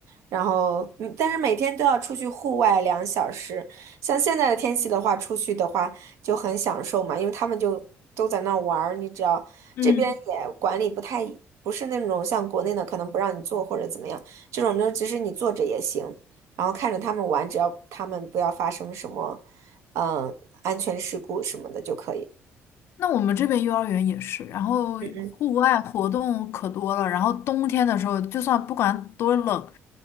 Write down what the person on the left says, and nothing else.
嗯，
那我们这边幼儿园也是，然后户外活动可多了，
然后冬天的时候，就算不管多冷，